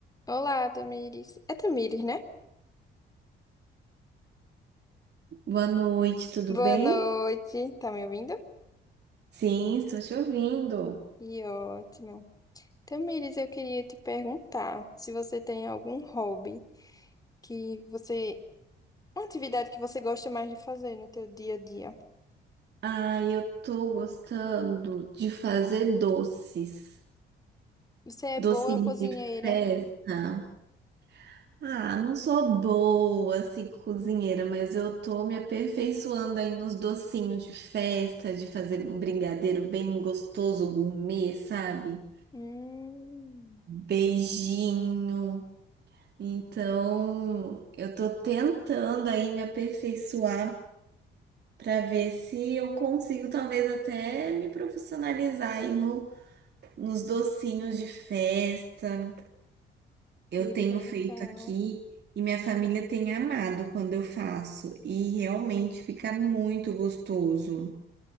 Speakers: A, on the left; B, on the right.
A: Olá, Tamires. É Tamires, né?
B: Boa noite, tudo
A: Boa
B: bem?
A: noite. Tá me ouvindo?
B: Sim, estou te ouvindo.
A: Que ótimo. Tamires, eu queria te perguntar se você tem algum hobby que você. Uma atividade que você gosta mais de fazer no teu dia a dia.
B: Ah, eu tô gostando de fazer doces,
A: Você é
B: docinhos
A: boa cozinheira.
B: de festa. Ah, não sou boa assim cozinheira, mas eu tô me aperfeiçoando aí nos docinhos de festa, de fazer um brigadeiro bem gostoso, gourmet, sabe?
A: Hum,
B: Beijinho. Então, eu tô tentando aí me aperfeiçoar. para ver se eu consigo talvez até me profissionalizar aí no, nos docinhos de festa. Eu
A: que
B: tenho
A: legal.
B: feito aqui e minha família tem amado quando eu faço e realmente fica muito gostoso.